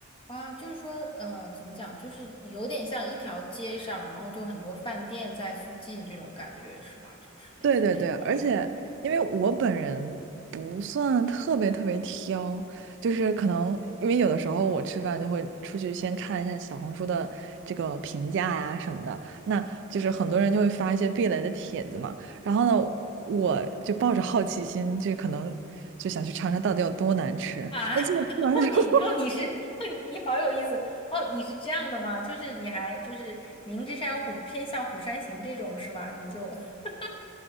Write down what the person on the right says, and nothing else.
对对对，而且因为我本人不算特别特别挑，就是可能因为有的时候我吃饭就会出去先看一下小红书的这个评价呀什么的，那就是很多人就会发一些避雷的帖子嘛，然后呢，我就抱着好奇心，就可能就想去尝尝到底有多难吃，
那最后吃完之后，
<laughs>